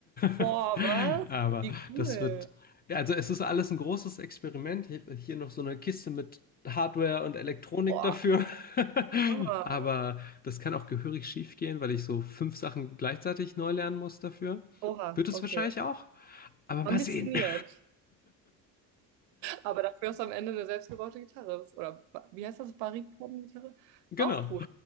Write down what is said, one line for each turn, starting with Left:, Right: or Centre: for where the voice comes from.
Left: <laughs>
Right: Boah, was?
Left: Aber
Right: Wie cool.
Left: das wird, ja, also es ist alles ein großes Experiment. Ich hab Hier noch so eine Kiste mit Hardware und Elektronik
Right: Boah.
Left: dafür. <laughs>
Right: Hammer.
Left: Aber das kann auch gehörig schief gehen, weil ich so fünf Sachen gleichzeitig neu lernen muss dafür.
Right: Oha,
Left: Wird es
Right: okay.
Left: wahrscheinlich auch. Aber mal
Right: Ambitioniert.
Left: sehen. <laughs>
Right: Aber dafür ist am Ende eine selbstgebaute Gitarre. Oder ba- wie heißt das? Bariton-Gitarre?
Left: Genau.
Right: Auch cool.